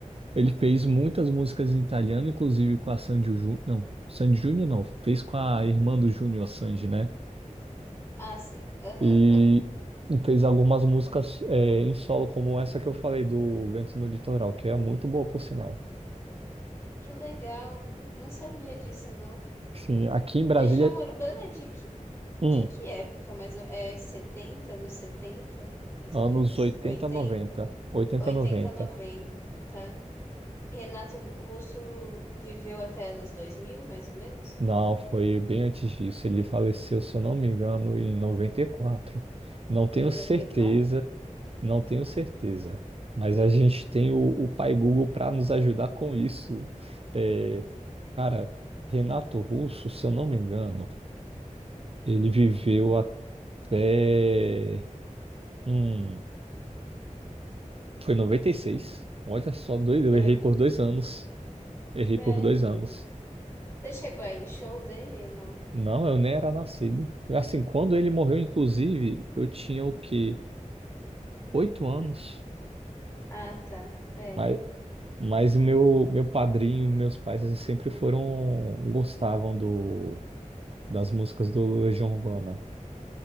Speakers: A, on the right; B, on the left.
A: Ele fez muitas músicas em italiano, inclusive com a Sandy Júnior. Não, Sandy Júnior não. Fez com a irmã do Júnior, a Sandy, né?
B: Ah, sim. Aham.
A: E
B: <laughs>
A: fez algumas músicas é, em solo, como essa que eu falei do Vento no Litoral, que é muito boa, por sinal.
B: Que legal. Não sabia disso, não.
A: Sim, aqui em Brasília,
B: Legião Urbana é de que,
A: hum,
B: de que época? Mais ou... É setenta nos 70 mais
A: anos
B: ou menos?
A: oitenta
B: oitenta
A: noventa, oitenta
B: oitenta
A: noventa.
B: noventa tá. E Renato Russo viveu até anos 2000 mais ou menos?
A: Não, foi bem antes disso. Ele faleceu, se eu não me engano, em 94. Não tenho
B: noventa
A: certeza.
B: e quatro
A: Não tenho certeza, mas a gente tem o, o Pai Google para nos ajudar com isso. É, cara, Renato Russo, se eu não me engano, ele viveu até. Hum, foi noventa e seis, Olha só, dois,
B: noventa
A: eu errei por dois anos. Errei
B: É.
A: por dois anos.
B: Você chegou aí em show dele ou não?
A: Não, eu nem era nascido. Assim, quando ele morreu, inclusive, eu tinha o quê? Oito anos.
B: Ah, tá. É.
A: Mas, mas meu, meu padrinho, meus pais, eles sempre foram, gostavam do das músicas do Legião Urbana.